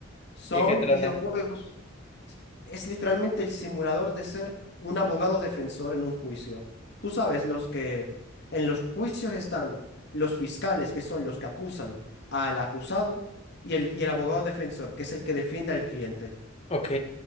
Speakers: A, on the left (about 55°); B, on the left (about 30°).
A: Son
B: ¿Y de qué tratan?
A: videojuegos. Es, es literalmente el simulador de ser un abogado defensor en un juicio. Tú sabes, los que en los juicios están los fiscales, que son los que acusan al acusado, y el, y el abogado defensor, que es el que defiende al cliente.
B: Ok.